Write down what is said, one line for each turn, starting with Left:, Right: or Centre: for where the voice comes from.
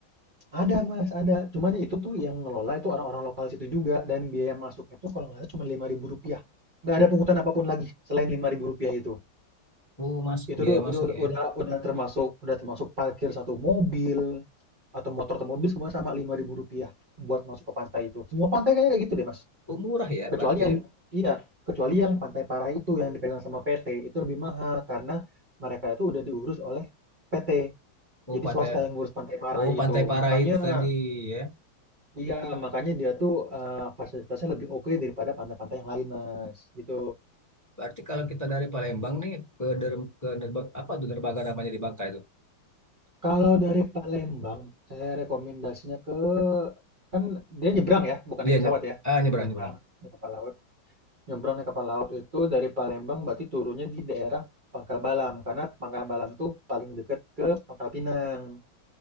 Right: Ada Mas, ada. Cuman itu tuh yang ngelola itu orang-orang lokal situ juga dan biaya masuknya tuh kalau nggak salah cuma lima ribu rupiah. Nggak ada pungutan apapun lagi selain lima ribu rupiah itu.
Left: oh mas
Right: Itu
Left: biaya
Right: udah,
Left: masuknya
Right: udah, udah, udah termasuk udah termasuk parkir satu mobil atau motor atau mobil semua sama lima ribu rupiah buat masuk ke pantai itu. Semua pantai kayaknya kayak gitu deh Mas.
Left: oh murah ya
Right: Kecuali
Left: berarti
Right: yang
Left: ya
Right: iya, kecuali yang Pantai Parai itu yang dipegang sama PT, itu lebih mahal karena mereka itu udah diurus oleh PT.
Left: oh
Right: Jadi
Left: pantai
Right: swasta yang ngurus Pantai Parai
Left: oh pantai
Right: itu.
Left: Parai
Right: Makanya
Left: itu tadi ya
Right: iya, makanya dia tuh eh, fasilitasnya lebih oke daripada pantai-pantai yang lain, Mas. Gitu.
Left: berarti kalau kita dari Palembang nih ke der, ke Derba- apa tuh derbaga namanya di Bangka itu
Right: Kalau dari Palembang, saya rekomendasinya ke kan dia nyebrang ya, bukan
Left: iya
Right: naik
Left: nye-
Right: pesawat ya.
Left: ah, nyebrang
Right: Nyebrang
Left: nyebrang
Right: naik kapal laut. Nyebrang naik kapal laut itu dari Palembang berarti turunnya di daerah Pangkal Balam, karena Pangkal Balam tuh paling deket ke Pangkal Pinang.